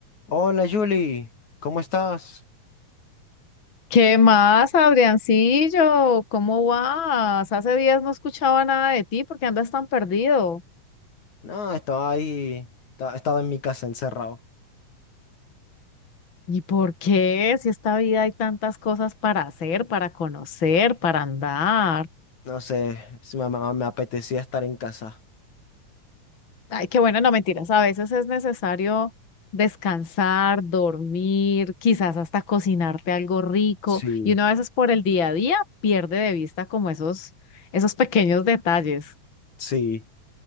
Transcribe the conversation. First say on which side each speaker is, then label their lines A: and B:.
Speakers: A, on the left (about 60°); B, on the left (about 35°).
A: Hola Julie, ¿cómo estás?
B: ¿Qué más, Adriancillo? ¿Cómo vas? Hace días no escuchaba nada de ti, ¿por qué andas tan perdido?
A: No, estaba ahí, esta- estaba en mi casa encerrado.
B: ¿Y por qué? Si esta vida hay tantas cosas para hacer, para conocer, para andar.
A: No sé, si me, me- me apetecía estar en casa.
B: Ay, qué bueno, no mentiras, a veces es necesario descansar, dormir, quizás hasta cocinarte algo rico,
A: Sí,
B: y uno a veces por el día a día pierde de vista como esos, esos pequeños detalles.
A: sí.